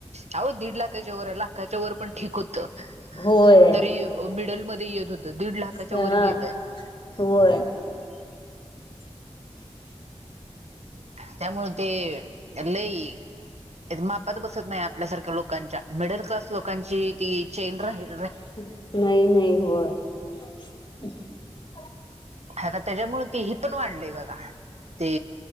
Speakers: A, on the right; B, on the left.
A: अहो दीड लाखाच्या वर आहे ल च वर पण ठीक हुतं <unintelligible>
B: होय
A: तरी ओ मिडल मध्ये येतं. त दीड लाखाच्या
B: हा
A: वर गेलंय.
B: होय.
A: <unintelligible>
B: <unintelligible>
A: त्यामुळे ते लई <inaudible> तेज मापात बसत नाही आपल्यासारखं लोक कांच्या. मिडल क्लास लोकांची ती चेंद्र हाय.
B: <inaudible> नाही-नाही, होय. <inaudible>
A: आता त्याज्यामुळं तेही पण वाढलय बग. <unintelligible> ते